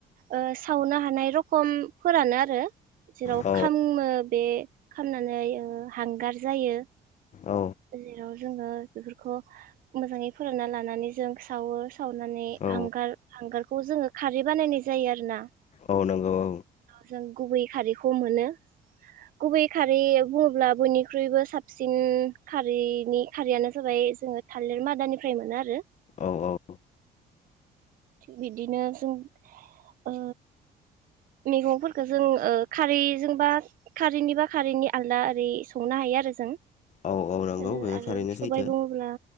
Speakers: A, on the right; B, on the left.
A: ओ सावनो हानाय रखम फोरानो आरो जेराव
B: औ
A: खामो बे खामनानै ओ हांगार जायो
B: औ
A: जेराव जोङो बेफोरखौ मोजाङै फोरानना लानानै जों सावो। सावनानै
B: औ
A: हांगार हांगार खौ जोङो खारै बानायनाय जायो आरो ना।
B: औ नंगौ औ
A: जों गुबै खारै खौ मोनो गुबै खारै बुङोब्ला बयनिख्रुइबो साबसिन खारैनि खारैयानो जाबाय जोङो थालिर मादानिफ्राय मोनो आरो।
B: औ औ।
A: थिग बिदिनो जों ओ मैगंफोरखौ जों ओ खारैजोंबा खारैनिबा खारैनि आलदा ओरै संनो हायो आरो जों।
B: औ नंगौ
A: आरो
B: बेयो
A: आरो
B: थारैनो
A: सबाय
B: सैथो
A: बुङोब्ला